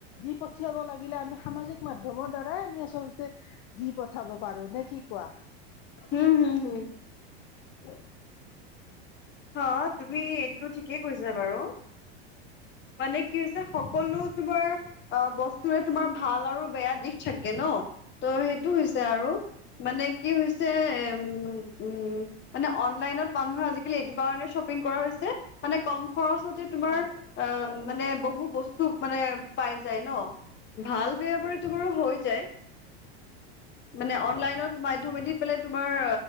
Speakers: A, on the left (about 55°); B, on the left (about 35°).
A: দি পঠিয়াব লাগিলে আমি সামাজিক মাধ্যমৰ দ্বাৰাই আমি আচলতে তে দি পঠাব পাৰো নে কি কোৱা
B: উম হম হম
A: হয়
B: অ তুমি এইটো ঠিকেই কৈছা বাৰু মানে কি হৈছে সকলো তোমাৰ অ বস্তুৰে তোমাৰ ভাল আৰু বেয়া দিশ থাকে ন তো' সেইটো হৈছে আৰু মানে কি হৈছে উম উম মানে অনলাইনত মানুহৰ আজিকালি থাকিলে এইটো কাৰণে শ্বপিং কৰা হৈছে মানে কম খৰচতে তোমাৰ
A: হয়
B: অহ মানে বহু বস্তু মানে পাই যায় ন ভাল বেয়া কৰিতো বাৰু হৈ যায় মানে অনলাইনত মাধ্যমেদি পেলাই তোমাৰ